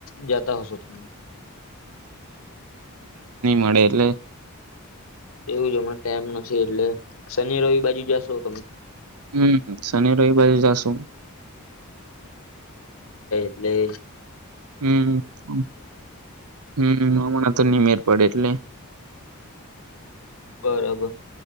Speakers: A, on the left; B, on the right.
A: જતા હશો તમે?
B: મળડ લલે <unintelligible>
A: એવું જ હમને ટમ નથી એટલે શનિ રવિ બાજુ જશો તમે
B: હમ. શનિ રવિવારે જશુ.
A: લ <unintelligible>
B: હમ, હમ, હમણાં તો ની મેળ પડે એટલે.
A: બરાબર.